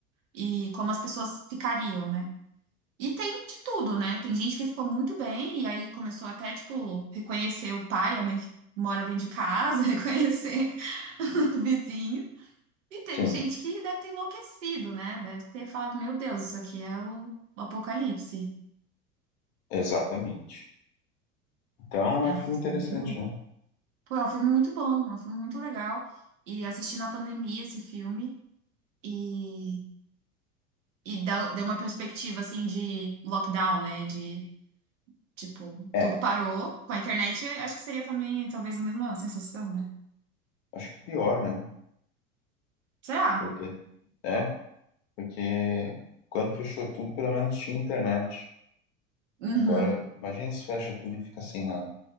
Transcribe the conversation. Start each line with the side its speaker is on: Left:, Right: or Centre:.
Right: e como as pessoas ficariam, né? E tem de tudo, né? Tem gente que ficou muito bem e aí começou até, tipo, reconhecer o pai, a mãe que mora dentro de casa, <laughs> reconhecer o vizinho. E teve
Left: sim,
Right: gente que deve ter enlouquecido, né? Deve ter falado, meu Deus, isso aqui é o Apocalipse.
Left: exatamente. Então
Right: É
Left: é um
Right: um
Left: filme
Right: filme
Left: interessante,
Right: bem bom.
Left: né?
Right: Pô, é um filme muito bom, é um filme muito legal. E assisti na pandemia esse filme e, e dá- deu uma perspectiva, assim, de lockdown, né? De Tipo,
Left: É,
Right: tudo parou. Com a internet, acho que seria também talvez a mesma sensação, né?
Left: acho que pior, né?
Right: Será?
Left: Porque, é, porque quando fechou tudo, pelo menos tinha internet.
Right: Uhum.
Left: Agora, imagina se fecha tudo e fica sem nada.